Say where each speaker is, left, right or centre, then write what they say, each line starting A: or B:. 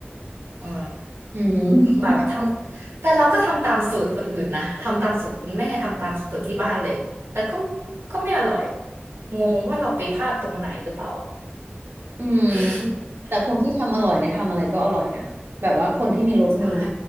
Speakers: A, on the right; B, on the right.
A: เออ
B: อืม
A: แบบทำแต่เราก็ทำตามสูตรคนอื่นนะทำตามสูตรคุณแม่ทำตามสูตรที่บ้านเลยแต่ก็ก็ไม่อร่อยงงว่าเราไปพลาดตรงไหนหรือเปล่า
B: อืม
A: <laughs>
B: แต่คนที่ทำอร่อยเนี่ยทำอะไรก็อร่อยนะ แบบว่าคนที่มีรสมือ
A: ใช่